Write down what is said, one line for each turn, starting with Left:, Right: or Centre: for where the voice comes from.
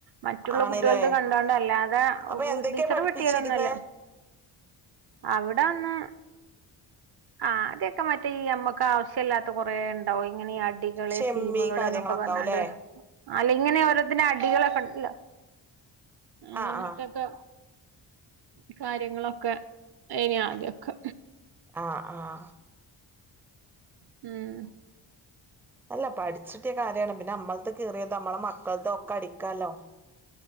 Right: മറ്റുള്ള
Centre: ആണ്ല്ലേ
Right: കുട്ടികളുടെ കണ്ടാണ്ട് അല്ലാതെ
Centre: അപ്പൊ എന്തൊക്കെയാ
Right: ടീച്ചറ്
Centre: പഠിപ്പിച്ചിരുന്നേ
Right: വെട്ടിയതൊന്നുല്ല അവിടെ ഒന്ന് ആഹ് അതൊക്കെ മറ്റേ ഈ നമ്മക്ക് ആവശ്യ ഇല്ലാത്ത കുറേ ഉണ്ടാവും ഇങ്ങനെ ഈ അടികള്
Centre: ഷെമ്മി
Right: സീമുകള്
Centre: കാര്യങ്ങളൊക്കാവുംല്ലേ
Right: എന്നൊക്കെ പറഞ്ഞോണ്ട് അല്ല ഇങ്ങനെ ഓരോത്തിന്റെ അടികളക്കെ ഉണ്ടല്ലോ അങ്ങനെത്തൊക്കെ
Centre: ആഹ് ആഹ്
Right: കാര്യങ്ങളൊക്കെ ഇനി ആദ്യക്കെ
Centre: ആഹ് ആഹ്
Right: ഉം
Centre: അല്ല പഠിച്ചിട്ട് കാര്യാണ് പിന്നെ നമ്മളത് കീറീതും നമ്മളെ മക്കളതൊക്കെ അടിക്കാലൊ